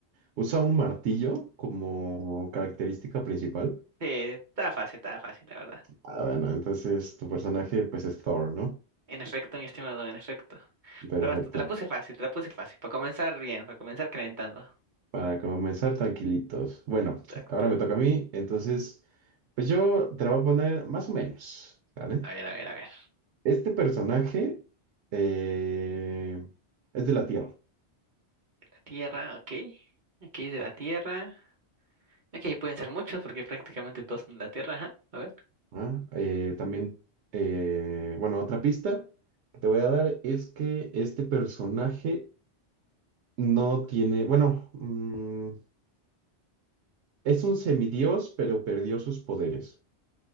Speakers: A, on the right (about 80°); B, on the right (about 45°).
A: usa un martillo como característica principal.
B: Sí, estaba fácil, estaba fácil, la verdad.
A: Ah, bueno, entonces tu personaje pues es Thor, ¿no?
B: En efecto, mi estimado, en efecto.
A: Perfecto.
B: Pero basta, te la puse fácil, te la puse fácil. Para comenzar bien, para comenzar calentando.
A: Para comenzar tranquilitos. Bueno,
B: Exacto.
A: ahora me toca a mí, entonces, pues yo te la voy a poner más o menos, ¿vale?
B: A ver, a ver, a ver.
A: Este personaje eh, es de la Tierra,
B: La Tierra, ok. Aquí es de la Tierra. Ok, pueden ser muchos porque prácticamente todos son de la Tierra, ajá. A ver.
A: ¿ah? Eh, también, eh, bueno, otra pista que te voy a dar es que este personaje no tiene, bueno, mm, es un semidios, pero perdió sus poderes.